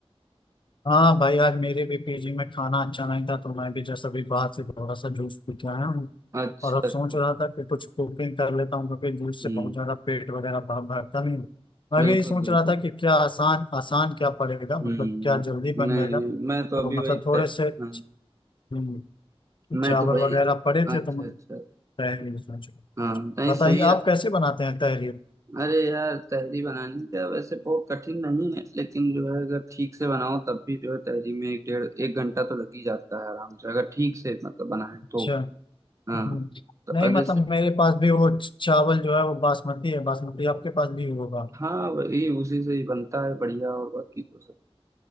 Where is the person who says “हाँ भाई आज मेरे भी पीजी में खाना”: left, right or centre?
Left